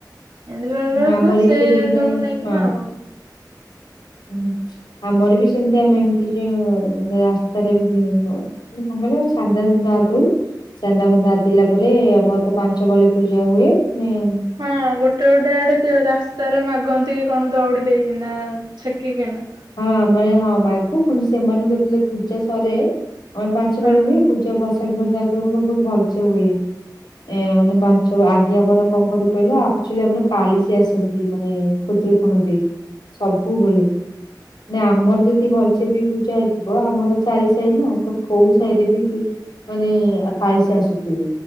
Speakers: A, on the right; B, on the left.
A: ଏମିତି ବେଳେ
B: ହୁଁ
A: ବେଳେ
B: ଆମର
A: ହୁଏ ସେ
B: ବି ସେମିତି
A: ସବୁ
B: ମାନେ
A: ନେଇକିନା
B: ହଁ
A: ଆଉ।
B: ହୁଁ ଆମର ବି ସେମିତି ଆମେ ଏମତି ଯଉ ମାନେ ରାସ୍ତାରେ ଏମତି ନ କଣ କହିଲ ସାଧା ସାଧା ଆଦୌ ଚାନ୍ଦା ଫାନ୍ଦା ଦେଲା ପରେ ଆମର ତ ପାଞ୍ଚପାଳି ପୂଜା ହୁଏ ନେମ୍
A: ହଁ ଗୋଟେ ଗୋଟେ ଆଡେ ରା ତାରେ ମାଗନ୍ତି କଣ ଦଉଡି ଦେଇକିନା ଛେକିକିନା।
B: ହଁ ମାନେ ହଁ ମାଗୁ ପୁଣି ସେମାନଙ୍କୁ ଯେତେବେଳେ ପୂଜା ସରେ ଆମର ପାଞ୍ଚ ପାଳି
A: ହଁ
B: ହୁଏ। ପୂଜା ଭସାଣି ଫସାଣି <unintelligible> ବହୁତ ଭଲସେ ହୁଏ। ଏ ମାନେ ବାଞ୍ଚ ଆଗେ ଆମର କଣ କରୁ କହିଲ ଆକଚୁଲି ଆମର କାଳିଶୀ ଆସନ୍ତି ମାନେ କୁଦ୍ରକୁଣି ବି ସବୁବେଳେ। ନା ଆମର ଯଦି ଭଲସେ ବି ପୂଜା ହେଇଥିବ ଆମର ଚାରି ସାହି ନା ତ କୋଉ ସାହିରେ ବି ମାନେ କାଳିସି ଆସୁଥିବେ